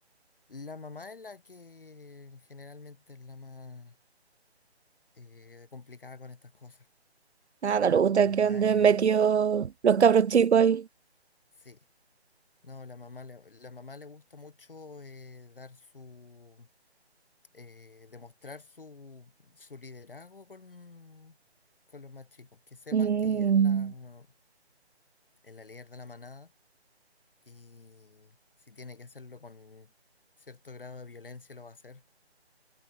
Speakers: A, on the left (about 55°); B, on the right (about 80°).
A: La mamá es la que generalmente es la más eh, complicada con estas cosas.
B: Nada, le gusta
A: La mamá
B: que anden
A: es,
B: metidos los cabros chicos ahí.
A: sí, no, la mamá le, la mamá le gusta mucho eh, dar su eh, demostrar su, su liderazgo con, con los más chicos, que sepan
B: Mm.
A: que ella es la, es la líder de la manada y si tiene que hacerlo con cierto grado de violencia lo va a hacer,